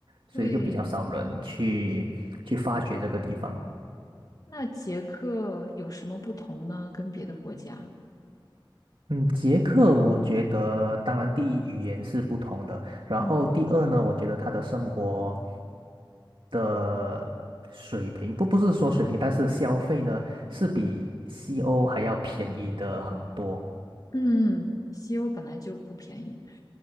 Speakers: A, on the right; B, on the left.
A: 所以就比较少人去去发掘这个地方。
B: 对，那捷克有什么不同呢？跟别的国家？
A: 嗯，捷克我觉得，当然第一语言是不同的，然后第二呢，
B: 嗯
A: 我觉得他的生活的水平，不不是说水平，但是消费呢是比西欧还要便宜的很多。
B: 嗯，西欧本来就不便宜。